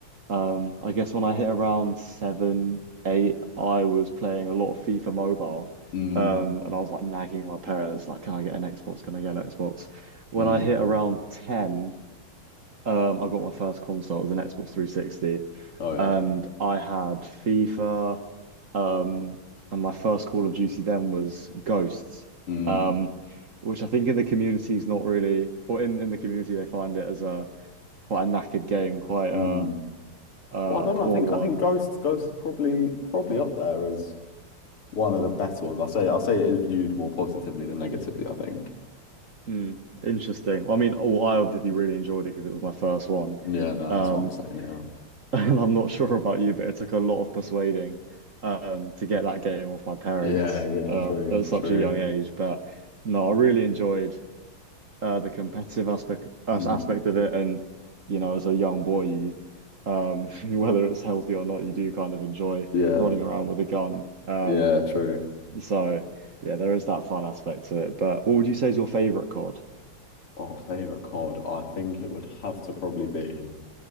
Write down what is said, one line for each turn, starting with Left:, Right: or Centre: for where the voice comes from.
Right: um, I guess when I hit around seven, eight, I was playing a lot of FIFA Mobile.
Left: Mm.
Right: Um, and I was like nagging my parents, like, can I get an Xbox? Can I get an Xbox? When
Left: Mm.
Right: I hit around 10, um, I got my first console. It was an Xbox 360.
Left: Oh yeah.
Right: And I had FIFA. Um, and my first Call of Duty then was Ghosts.
Left: Mm.
Right: Um, which I think in the community is not really, or in, in the community they find it as a quite a knackered game, quite
Left: Mm.
Right: a a,
Left: Well, I don't
Right: a poor
Left: know. I think I think
Right: one
Left: Ghost Ghost is probably probably up there as one of the better ones. I say I say it is viewed more positively than negatively. I think.
Right: Mm, interesting. Well, I mean, oh, I obviously really enjoyed it because it was my first one.
Left: Yeah. No,
Right: Um,
Left: that's what I'm saying.
Right: <laughs>
Left: Yeah.
Right: and I'm not sure about you, but it took a lot of persuading um, to get that game off my parents
Left: Yeah. Yeah.
Right: um,
Left: True.
Right: at such
Left: True.
Right: a young age. But no, I really enjoyed uh, the competitive aspect as-
Left: Mm.
Right: aspect of it. And you know, as a young boy, you, um, <laughs> whether it's healthy or not, you do kind of enjoy
Left: Yeah.
Right: running around with a gun. Um,
Left: Yeah. True.
Right: so yeah, there is that fun aspect to it. But what would you say is your favorite COD?
Left: Oh, favorite COD. I think it would have to probably be